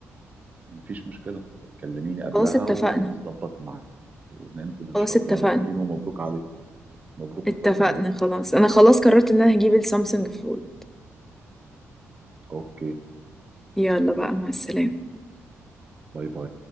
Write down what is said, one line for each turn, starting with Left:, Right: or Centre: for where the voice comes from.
Right: مفيش مشكلة كلميني قبلها
Centre: خلاص اتفقنا
Right: ونظبط معاك وننزل إن
Centre: خلاص
Right: شاء
Centre: اتفقنا
Right: الله نجيبه مبروك عليك مبروك
Centre: اتفقنا
Right: مقدما بقى
Centre: خلاص انا خلاص قررت ان انا هجيب السامسونج فول
Right: أوكي
Centre: يلا بقى مع السلامة
Right: باي باي